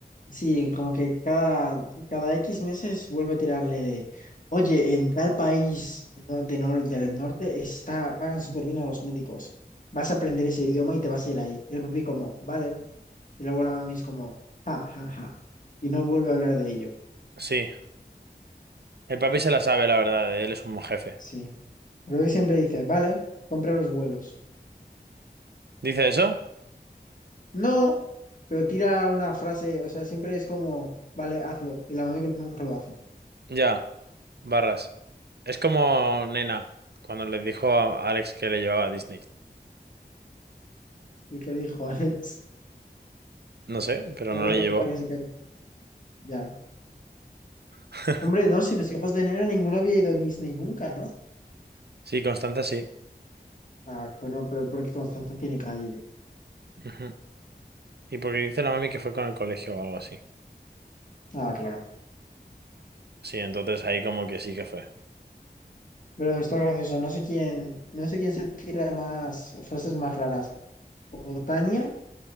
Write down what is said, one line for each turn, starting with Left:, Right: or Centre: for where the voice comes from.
Left: Sí, como que cada, cada X meses vuelve a tirarle de, oye, en tal país no- de nor- del norte está, pagan súper bien a los médicos. Vas a aprender ese idioma y te vas a ir ahí. Y el papi como, vale. Y luego la mami es como, ja, ja, ja. Y no vuelve a hablar de ello.
Right: Sí. El papi se la sabe, la verdad. Él es un jefe.
Left: Sí. Pero él siempre dice, vale, compra los vuelos.
Right: ¿Dice eso?
Left: No, pero tira una frase, o sea, siempre es como, vale, hazlo. Y la mami que nunca lo hace.
Right: Ya. Barras. Es como Nena, cuando le dijo a Alex que le llevaba a Disney.
Left: Y qué le dijo, <laughs> Alex,
Right: No sé, pero
Left: ahora
Right: no le
Left: solo
Right: llevó.
Left: para que se calle. Ya.
Right: <laughs>
Left: Hombre, no, si los hijos de Nena ninguno había ido a Disney nunca, ¿no?
Right: Sí, Constanza sí.
Left: Ah, bueno, pero porque Constanza tiene calle.
Right: Ujú. Y porque dice la mami que fue con el colegio o algo así.
Left: Ah, claro.
Right: Sí, entonces ahí como que sí que fue.
Left: Pero esto es gracioso, no sé quién, no sé quién se tira más frases más raras. O Tania